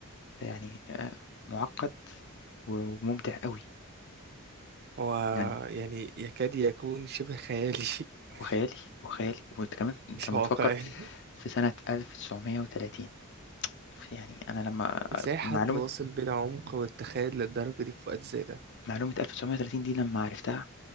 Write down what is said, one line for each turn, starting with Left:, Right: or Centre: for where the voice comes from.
Left: يعني آآ مُعقّد و وممتع أوي،
Right: هو
Left: يعني
Right: يعني يكاد يكون شبه خيالي <laughs>
Left: هو خيالي، هو خيالي، وأنت كمان أنت
Right: مش
Left: لمّا
Right: واقعي
Left: تفكّر في سنة 1930 ف يعني أنا لمّا
Right: ازاي حد
Left: معلومة
Right: واصل بالعمق والتخيل للدرجة دي في وقت زي ده
Left: معلومة 1930 دي لمّا عرفتها